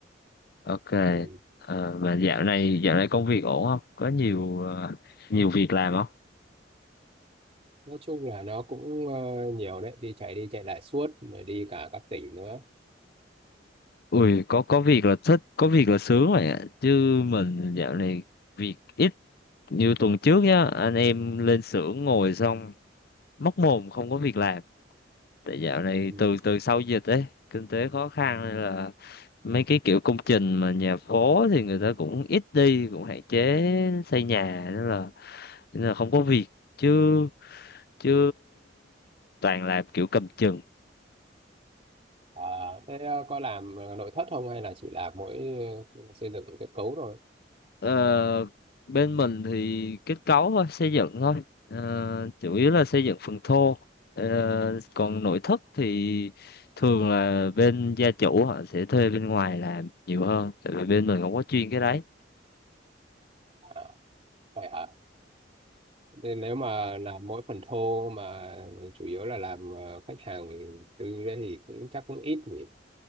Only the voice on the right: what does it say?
Ừ.
Nói chung là nó cũng ờ, nhiều đấy, đi chạy đi chạy lại suốt, rồi đi cả các tỉnh nữa.
Ừ.
À, thế ờ, có làm ờ, nội thất không hay là chỉ làm mỗi ờ, xây dựng kết cấu thôi?
À, vậy hả? Nên nếu mà làm mỗi phần thô mà chủ yếu là làm ờ, khách hàng tư đấy thì cũng chắc cũng ít nhỉ.